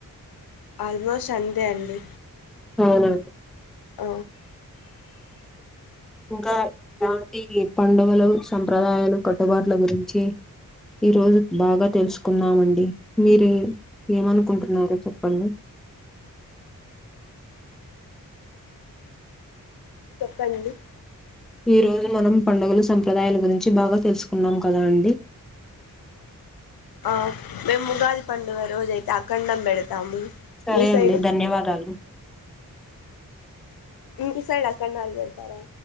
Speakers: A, on the left; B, in the centre.
A: ఆల్మోస్ట్ అంతే అండి
B: అవున
A: అ
B: ఇంకా ఇలాంటి పండుగలు సంప్రదాయాలు కట్టుబాట్ల గురించి ఈ రోజు బాగా తెలుసుకున్నామండి మీరు ఏమనుకుంటున్నారు చెప్పండి
A: చెప్పండి
B: ఈ రోజు మనం పండుగలు సంప్రదాయాల గురించి బాగా తెలుసుకున్నాం కదా అండి
A: ఆ మేము ఉగాది పండుగ రోజ అయితే అఖండం పెడతాము
B: సరే
A: మీ
B: అండి
A: సైడు
B: ధన్యవాదాలు
A: ఈసైడ్ ఆఖండాలు పెడతారా